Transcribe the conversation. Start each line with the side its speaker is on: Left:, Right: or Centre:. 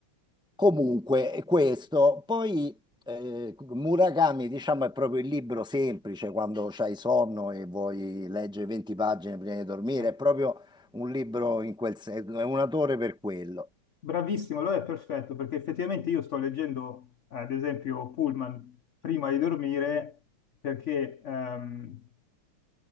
Centre: Comunque, questo, poi eh, Murakami, diciamo, è proprio il libro semplice quando c'hai sonno e vuoi leggere 20 pagine prima di dormire,
Left: Eh,
Centre: è proprio un libro in quel senso, è un autore per quello.
Left: Bravissimo, allora è perfetto, perché effettivamente io sto leggendo, eh, ad esempio, Pullman prima di dormire, perché, ehm,